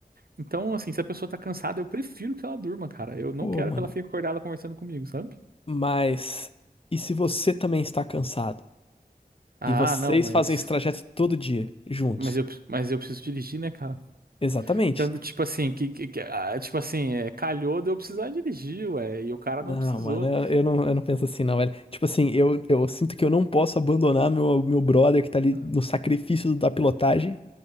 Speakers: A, on the right; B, on the left.
A: Então, assim, se a pessoa tá cansada, eu prefiro que ela durma, cara. Eu não
B: Pô,
A: quero
B: mano.
A: que ela fique acordada conversando comigo, sabe?
B: Mas e se você também está cansado?
A: Ah,
B: E vocês
A: não, mas
B: fazem esse trajeto todo dia, juntos.
A: mas eu mas eu preciso dirigir, né, cara?
B: Exatamente.
A: Dando tipo assim, que, que, que- ah, tipo assim, é, calhou de eu precisar dirigir, ué, e o cara
B: Não,
A: não precisou.
B: mano, eu eu não, eu não penso assim, não, velho. Tipo assim, eu, eu sinto que eu não posso abandonar meu, meu brother que tá ali
A: Ah,
B: no sacrifício da pilotagem